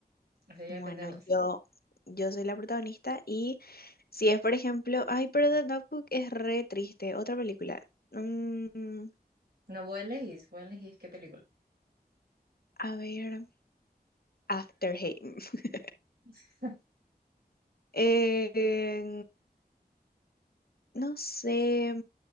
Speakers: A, on the right (about 75°); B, on the left (about 70°).
A: Eso ya
B: Bueno,
A: depende de vos.
B: yo, yo soy la protagonista y si es, por ejemplo, ay, pero The Notebook es re triste, otra película. Mm,
A: No, vos elegís, vos elegís qué película.
B: a ver, After Hate. <laughs>
A: <laughs>
B: Eh, no sé,